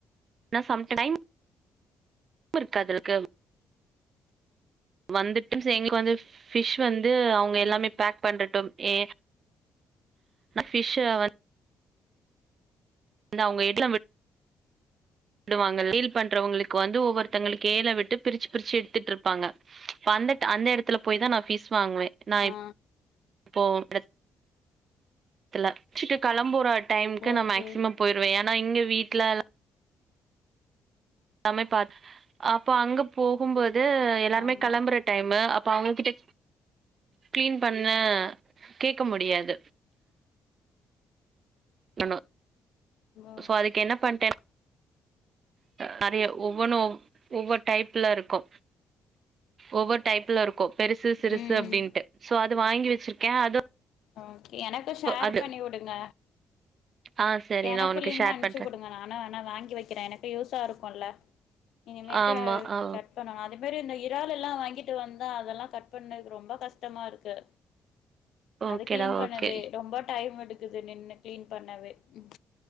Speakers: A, on the right; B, on the left.
A: னா சம் டைம் உப்பிருக்காதில்க்கு வந்துட்டும் செ எங்ளுக் வந்து பிஷ் வந்து அவுங்க
B: ம்
A: எல்லாமே பேக் பண்டட்டும் ஏ பிஷ்ஷ வந் து அவ்ங்க எட்ளவ்வு விடுவாங்க டீல் பண்றவுங்ளுக்கு வந்து ஒவ்வொருத்தங்களுக்கு ஏழ விட்டு பிருச்சு பிருச்சு எடுத்துட்ருப்பாங்க அந்தட் அந்த எடத்துல போய்தா நான் பிஷ் வாங்வே நான்
B: ஆ
A: என் இப்போ எடத் துல வச்சுட்டு களம்புரா டைம்க்கு
B: ஓகே
A: நா மேக்சிமம் போய்ருவே ஏனா இங்க வீட்ல சமைப்பா அப்போ அங்க போகும்போது எல்லாருமே
B: ஆமா
A: கெளம்புற டைமு அப்ப அவுங்ககிட்ட கிளீன் பண்ண கேக்க முடியாது நம்ம
B: ஓ
A: சோ அதுக்கு என்ன பண்டேன் நறைய ஒவ்வொனு ஒவ்வொ டைப்ல இருக்கு ஒவ்வொர் டைப்ல இருக்கு பெருசு சிறுசு
B: ம்
A: அப்டின்ட்டு சோ அது வாங்கி வச்சிர்க்கே அது
B: ஓகே எனக்கு ஷேர்
A: அது
B: பண்ணி உடுங்க
A: ஆ சரி
B: எனக்கு
A: நா உனக்கு
B: லிங்
A: ஷேர்
B: அன்ச்சு
A: பண்றே
B: உடுங்க நானு வேணா வாங்கி வைக்கிறே எனக்கு யூசா இருக்கூல இனிமேல்ட்டு
A: ஆமா ஆ
B: கட் பணா அதே மாரி இந்த இறால் எல்லா வாங்கிட்டு வந்தா அதல்லா கட் பண்ணதுக்கு ரொம்ப கஷ்டமா இருக்கு
A: ஓகேடா
B: அது கிளீன் பண்ணவே
A: ஓகே
B: ரொம்பா டைம் எடுக்குது நின்னு கிளீன் பண்ணவே ம்